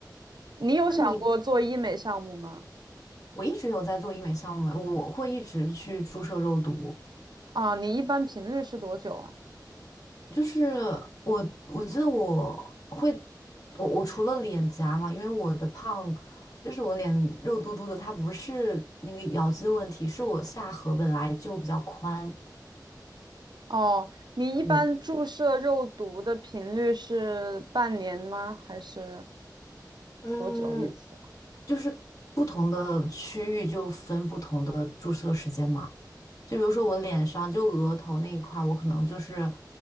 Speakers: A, on the right (about 75°); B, on the left (about 55°).
A: 你有想过做医美项目吗？
B: 那你我一直有在做医美项目哎，我会一直去注射肉毒。
A: 啊，你一般频率是多久啊？
B: 就是我，我记得我会，我我除了脸颊嘛，因为我的胖，就是我脸肉嘟嘟的，它不是那个咬肌的问题，是我下颌本来就比较宽，
A: 哦，你一般注射肉毒的频率是半年吗？
B: 嗯，
A: 还是
B: 嗯，
A: 多久一次？
B: 就是不同的区域就分不同的注射时间嘛，就比如说我脸上就额头那一块儿我可能就是，